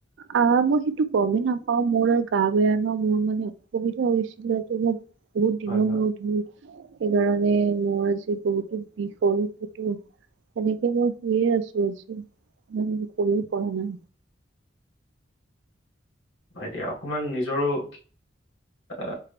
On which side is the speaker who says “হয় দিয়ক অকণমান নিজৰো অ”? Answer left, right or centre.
Left